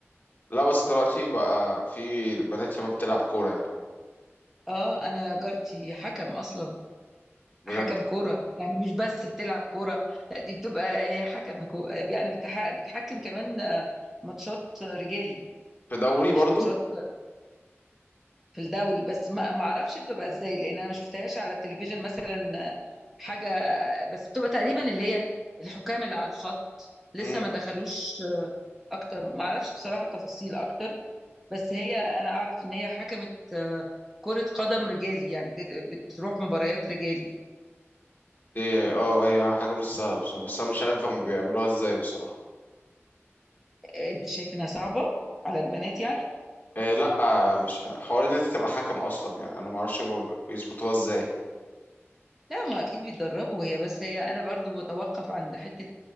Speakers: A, on the left (about 35°); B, in the centre.
A: لا بس دلوقتي بقى في بنات شباب بتلعب كورة يعني
B: اه انا جارتي حكم اصلا
A: بجد
B: حكم كوره يعني مش بس بتلعب كوره لا دي بتبقى إيه، حكم كو- يعني بتح- بتحكم كمان آه، ماتشات رجالي
A: في دوري برضو
B: مش ماتشات في الدوري بس ما ما اعرفش بتبقى ازاي لان انا ما شفتهاش على التلفزيون مثلا حاجه بس بتبقى تقريبا اللي هي الحكام اللي على الخط لسه
A: امم
B: ما دخلوش اكتر ما اعرفش بصراحه تفاصيل اكتر بس هي انا اعرف ان هي حكمت آه، كره قدم رجالي يعني بت- بتروح مباريات رجالي
A: إيه اه هي حاجة مش سهلة بصراحة بس انا مش عارف هم بيعملوها ازاي بصراحة
B: آه، انت شايف انها صعبه على البنات يعني
A: إيه لا مش ح- حوار ان انت تبقى حكم اصلا يعني انا ما اعرفش هم بيظبطوها ازاي
B: لا ما اكيد بيتدربوا هي بس هي انا برضو بتوقف عند حته